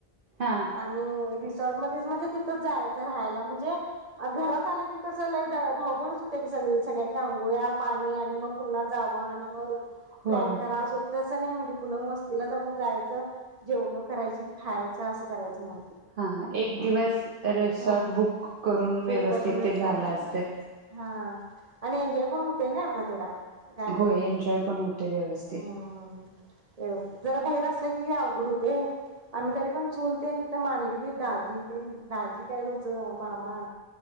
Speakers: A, on the right; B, on the right.
A: हा
B: आणि र्ट मध्येच म्हणजे तिथं जाय राहायला म्हणजे घरात आले की कस धावपळच होते की सगळी सगळ्यांच्या आंघोळ्या पाणी आणि मग पुन्हा जावा आणि मग
A: होय
B: प्लॅन करायच होत असं नाही म्हणजे पुन्हा वस्तीला म जायचं जेवण करायची खायचं असं करायचं म्हण
A: हा एक दिवस रे
B: ह
A: बुक करून व्यवस्थित
B: बुक करूनच
A: ते झाल
B: ठेवायचं
A: असते
B: हा आणि एन्जॉय पण होतय ना आपला तेवढा, गाणी
A: होय
B: बिनी
A: एन्जॉय पण होते व्यवस्थित
B: हम्म जरा बाैर असले की अवघड होते आम्ही तरी पण चूलतेन तिथं मांडली त दाजी तेन दाजी काय तुमचं मामा